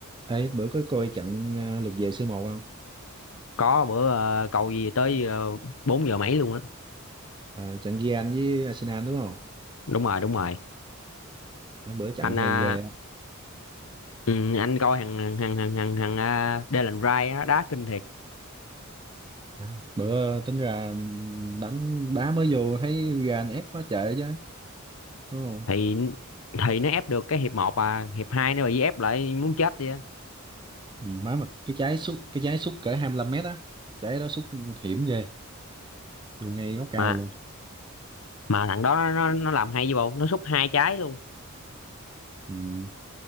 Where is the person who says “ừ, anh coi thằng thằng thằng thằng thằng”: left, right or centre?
Left